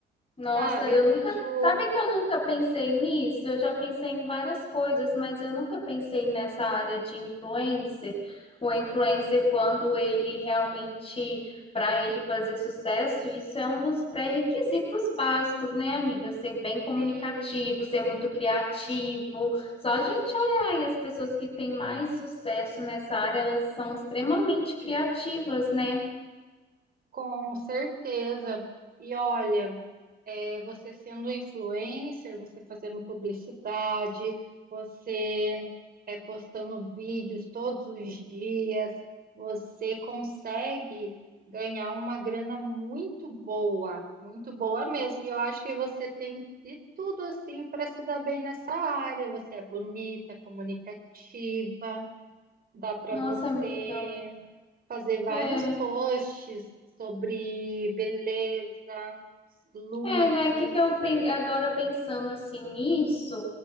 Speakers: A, on the left; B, on the right.
A: Nossa,
B: Sabe,
A: eu
B: eu vejo
A: nunca. Sabe que eu nunca pensei nisso? Eu já pensei em várias coisas, mas eu nunca pensei nessa área de influencer. O influencer, quando ele realmente, para ele fazer sucesso, isso é um dos pré-requisitos básicos, né, amiga? Ser bem comunicativo,
B: sim,
A: ser muito criativo. Só a gente olhar e as pessoas que têm mais sucesso nessa área, elas são extremamente criativas, né?
B: Com certeza. E olha, é, você sendo influencer, você fazendo publicidade, você é, postando vídeos todos os dias, você consegue ganhar uma grana muito boa, muito boa mesmo. E eu acho que você tem de tudo assim para se dar bem nessa área. Você é bonita, comunicativa. Dá para
A: Nossa,
B: você
A: amiga.
B: fazer vários
A: É.
B: posts sobre beleza, looks.
A: É, né? O Que que eu pen- agora pensando assim nisso,